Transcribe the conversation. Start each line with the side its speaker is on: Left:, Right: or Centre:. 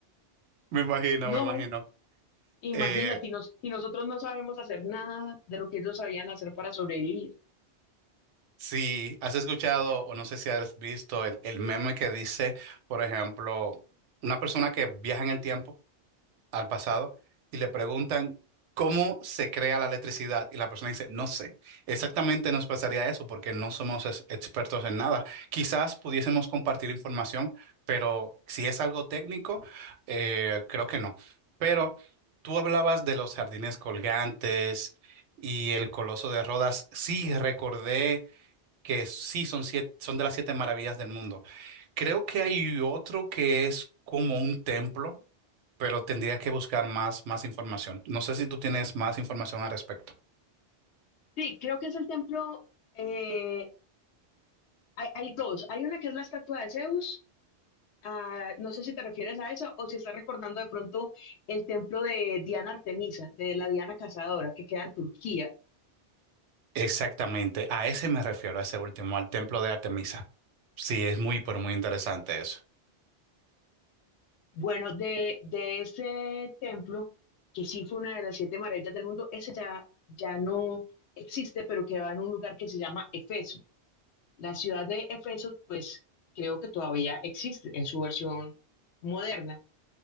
Right: Me imagino,
Left: No,
Right: me imagino.
Left: Imagínate,
Right: Eh,
Left: y, nos- y nosotros no sabemos hacer nada de lo que ellos sabían hacer para sobrevivir.
Right: si has escuchado o no sé si has visto el, el meme que dice, por ejemplo, una persona que viaja en el tiempo. al pasado y le preguntan cómo se crea la electricidad y la persona dice, no sé, exactamente nos pasaría eso porque no somos es- expertos en nada. Quizás pudiésemos compartir información, pero si es algo técnico, eh, creo que no. Pero tú hablabas de los jardines colgantes y el Coloso de Rodas. Sí, recordé que sí son siete, son de las siete maravillas del mundo. Creo que hay otro que es como un templo pero tendría que buscar más, más información. No sé si tú tienes más información al respecto.
Left: Sí, creo que es el templo. eh, hay, hay dos. Hay una que es la estatua de Zeus. ah, no sé si te refieres a eso o si estás recordando de pronto el templo de Diana Artemisa, de la Diana Cazadora, que queda en Turquía.
Right: Exactamente, a ese me refiero, a ese último, al templo de Artemisa. Sí, es muy, pero muy interesante eso.
Left: Bueno, de, de ese templo, que sí fue una de las siete maravillas del mundo, ese ya, ya no existe, pero quedaba en un lugar que se llama Efeso. La ciudad de Efeso, pues creo que todavía existe en su versión moderna